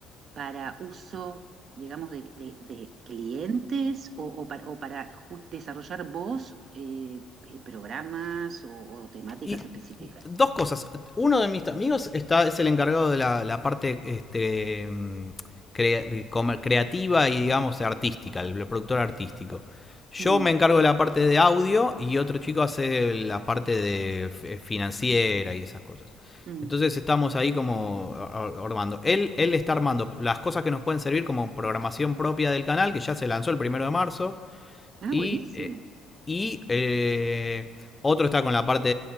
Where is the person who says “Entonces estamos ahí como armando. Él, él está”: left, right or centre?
Left